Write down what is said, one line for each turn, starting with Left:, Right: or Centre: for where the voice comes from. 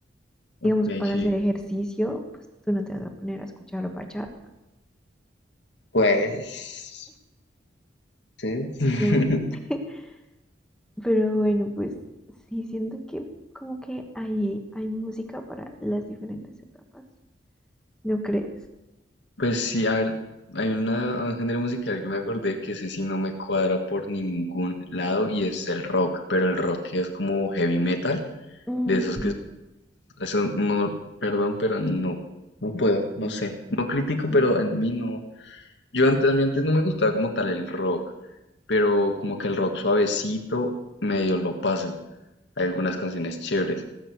Centre: Digamos,
Left: Ok,
Centre: para
Left: sí.
Centre: hacer ejercicio, pues tú no te vas a poner a escuchar bachata.
Left: Pues, sí. <laughs>
Centre: No. <laughs> Pero bueno, pues sí, siento que como que ahí hay música para las diferentes etapas. ¿No crees?
Left: Pues sí, a ver, hay una, un género musical que me acordé que ese sí no me cuadra por ningún lado y es el rock, pero el rock es como heavy metal,
Centre: Mm,
Left: de esos
Centre: sí.
Left: que eso no, perdón, pero no, no puedo, no
Centre: Mm,
Left: sé, no critico, pero
Centre: mm.
Left: en mí no. Yo antes, a mí antes no me gustaba como tal el rock, pero como que el rock suavecito medio lo paso. Hay algunas canciones chéveres,